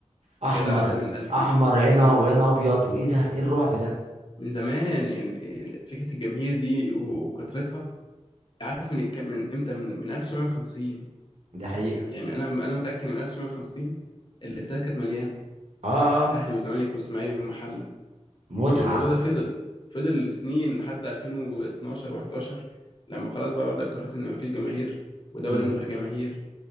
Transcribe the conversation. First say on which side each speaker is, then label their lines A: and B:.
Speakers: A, on the left; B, on the right.
A: يا
B: احمر
A: جدع ده من 1000
B: احمر
A: من
B: هنا
A: من
B: وهنا ابيض وايه ده ايه الرعب ده
A: من زمان يعني فكرة الجماهير دي و- وكثرتها عارف من الك- من امتى من من 1950
B: ده حقيقه
A: يعني انا انا متأكد ان من 1950 الاستاد كانت مليانة
B: اه آه،
A: اهلي وزمالك واسماعيلي ومحلة
B: متعه
A: والموضوع ده فضل فضل سنين لحد 2012 و11 لما خلاص بقى بدأ قررت ان مفيش جماهير ودوري
B: مم.
A: من غير جماهير